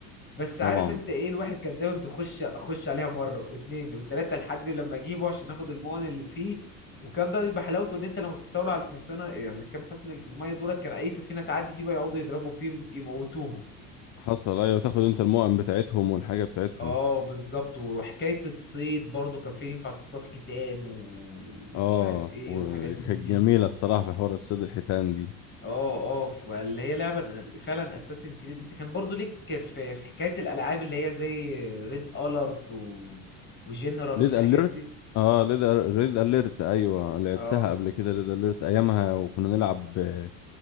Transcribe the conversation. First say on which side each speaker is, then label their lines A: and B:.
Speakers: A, on the left; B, on the left.
A: بس عارف
B: طبعا
A: انت ايه الواحد كان دايما بيخش اخش عليها مره واتنين وتلاته لحد لما اجيبه عشان اخد المؤن اللي فيه وكان بقى بيبقى حلاوته ان انت لما تستولى على الحصانه يعني كام حصن اللي في الميه دولت كان اي سفينه تعدي فيه بقى يقعدوا يضربوا فيه يموتوهم
B: حصل ايوه تاخد انت المؤن بتاعتهم والحاجه بتاعتهم
A: اه بالظبط وحكايه الصيد برضو كان فيه ينفع تصطاد حيتان ومش
B: اه
A: عارف ايه
B: وكانت
A: وحاجات من دي
B: جميله الصراحه في حوار الصيد الحيتان دي
A: اه اه فاللي هي لعبه أنا فعلا اساسن كريد انت كان برضو ليك في في حكايه الالعاب اللي هي زي ريد الارت و... وجنرال
B: ليد
A: والحاجات
B: اليرت
A: دي
B: اه ليد ريد اليرت ايوه لعبتها
A: اه
B: قبل كده ليد اليرت ايامها وكنا نلعب آه